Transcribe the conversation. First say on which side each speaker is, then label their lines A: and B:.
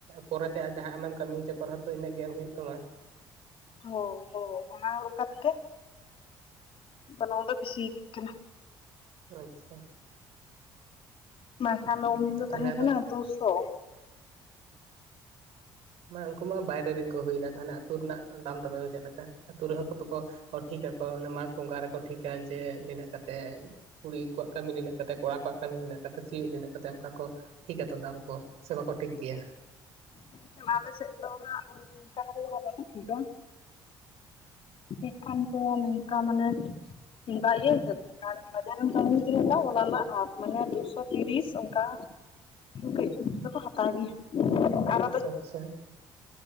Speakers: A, on the right; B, on the left.
A: ᱯᱚᱨᱮᱛᱮ ᱡᱟᱦᱟᱸ ᱟᱢᱮᱢ ᱠᱟᱹᱢᱤ ᱦᱚᱪᱚᱠᱚ ᱨᱮᱷ ᱛᱚ ᱤᱱᱟᱹᱜ ᱜᱮ ᱮᱢ ᱦᱩᱭᱩᱜ ᱛᱟᱢᱟ᱾
B: ᱦᱳᱭ ᱦᱳᱭ, ᱚᱱᱟ ᱞᱮᱠᱟ ᱛᱮ ᱜᱮ ᱜᱚᱱᱚᱝ ᱫᱚ ᱵᱮᱥᱤ ᱤᱫᱤᱜ ᱠᱟᱱᱟ᱾
A: ᱟᱪᱪᱷᱟᱹ᱾
B: ᱵᱟᱝ ᱠᱷᱟᱱ ᱫᱚ ᱩᱱ ᱫᱤᱱ ᱫᱚ
A: ᱛᱟᱦᱚᱞᱮ
B: ᱛᱟᱦᱮᱸ
A: ᱟᱫᱚ
B: ᱠᱟᱱᱟ, ᱫᱩᱥᱚ᱾
A: ᱢᱟ ᱩᱱᱠᱩ ᱢᱟ ᱵᱟᱭᱨᱮ ᱨᱮᱱ ᱠᱚ ᱦᱩᱭᱮᱱᱟ, ᱛᱟᱦᱞᱮ ᱟᱹᱛᱩ ᱨᱮᱱᱟᱜ ᱫᱟᱢ ᱛᱟᱯᱮ ᱫᱚ ᱪᱮᱫ ᱞᱮᱠᱟ? ᱟᱹᱛᱩ ᱨᱮᱦᱚᱸ ᱠᱚᱛᱚᱠᱚ ᱴᱷᱤᱠ ᱟᱠᱚ, ᱢᱟᱜᱽ ᱵᱚᱸᱜᱟ ᱨᱮᱠᱚ ᱴᱷᱤᱠ ᱟᱠ ᱡᱮ ᱱᱤᱱᱟᱹᱜ ᱠᱟᱛᱮ ᱠᱩᱲᱤ ᱠᱚᱣᱟᱜ ᱠᱟᱹᱢᱤ ᱱᱤᱱᱟᱹ ᱠᱟᱛᱮ, ᱠᱚᱲᱟ ᱠᱚᱣᱟᱜ ᱠᱟᱹᱢᱤ ᱱᱤᱱᱟᱹ ᱠᱟᱛᱮ? ᱥᱤᱭᱩᱜ ᱨᱮᱭᱟᱜ ᱠᱟᱛᱷᱟ, ᱚᱱᱠᱟ ᱠᱚ ᱴᱷᱤᱠ ᱟᱛᱚ ᱫᱟᱢ ᱠᱚ ᱥᱮ ᱵᱟᱠᱚ ᱴᱷᱤᱠ ᱜᱮᱭᱟ᱾
B: ᱢᱮᱱᱠᱷᱟᱱ ᱟᱞᱮ ᱥᱮᱫ ᱫᱚ ᱦᱟᱜ ᱟᱱᱠᱟ ᱫᱚ ᱵᱟᱞᱮ ᱴᱷᱤᱠᱟ
A: <inaudible>
B: ᱮᱠᱟᱞ ᱠᱚ ᱱᱚᱝᱠᱟ ᱢᱟᱱᱮ ᱤᱭᱟᱹ ᱦᱤᱥᱟᱹᱵᱽ ᱛᱮ ᱟᱨ ᱠᱟᱡᱟᱨ ᱨᱮᱢ ᱠᱟᱹᱢᱤ ᱠᱷᱟᱱ ᱚᱱᱟ ᱨᱮᱱᱟᱜ ᱦᱟᱯ ᱢᱟᱱᱮ ᱫᱩᱥᱚ ᱛᱤᱨᱤᱥ ᱚᱱᱠᱟ ᱠᱟᱹᱡᱽ ᱫᱚᱠᱚ ᱦᱟᱛᱟᱣ ᱜᱮᱭᱟ᱾ ᱟᱨᱚ
A: ᱟᱪᱪᱷᱟ,